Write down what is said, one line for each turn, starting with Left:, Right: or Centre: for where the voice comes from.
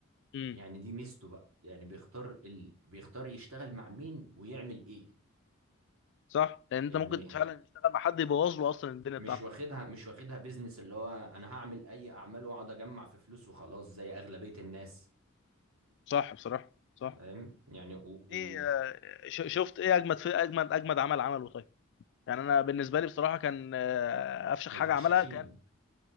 Left: امم
Right: يعني دي ميزته بقى يعني بيختار ال... بيختار يشتغل مع مين ويعمل ايه
Left: صح لان
Right: يعني
Left: انت ممكن فعلا تشتغل مع حد يبوظ له اصلا الدنيا
Right: مش
Left: بتاعته
Right: واخدها مش واخدها بيزنس اللي هو انا هعمل اي اعمال واقعد اجمع في فلوس وخلاص زي اغلبية الناس
Left: صح بصراحه صح
Right: فاهم يعني و... و...
Left: ايه آه، ش- شفت ايه اجمد في اجمد اجمد عمل عمله طيب يعني انا بالنسبه لي بصراحه كان آه، افشخ
Right: الحشاشين
Left: حاجه عملها كان